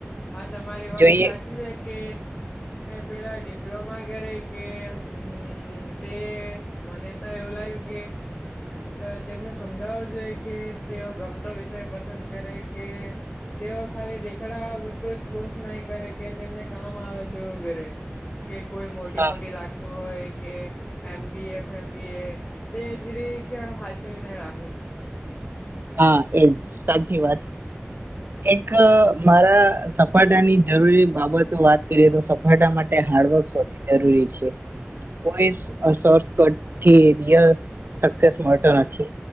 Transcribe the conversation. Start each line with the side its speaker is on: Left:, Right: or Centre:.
Left: હા તમારી વાત
Right: જોઈએ
Left: સાચી જય કે પેલા ડિપ્લોમા કરે, કે હમમ તે મને તો એવું લાગ્યું કે આ તેમને સમજાવું જોઈએ, કે તેઓ ગમતો વિષય પસંદ કરે, કે તેઓ ખાલી દેખાડવા પૂરતું જ કોર્સ ના કરે, કે તેમને કામ આવે તેવું કરે. કે કોઈ મોટી
Right: હા
Left: મોટી લાગતું હોય. કે એમ બી એફ એમ બી એ તે જીરીક કે હાચવીને રાખે.
Right: હા એજ સાચી વાત એક મારા સફાતાની જરૂરી બાબતો વાત કરીએ તો સફાતા માટે હાર્ડવર્ક સૌથી જરૂરી છે, કોઈ સો આ સોસ કટ થી દિયાસ સક્સેસ મળતો નથી.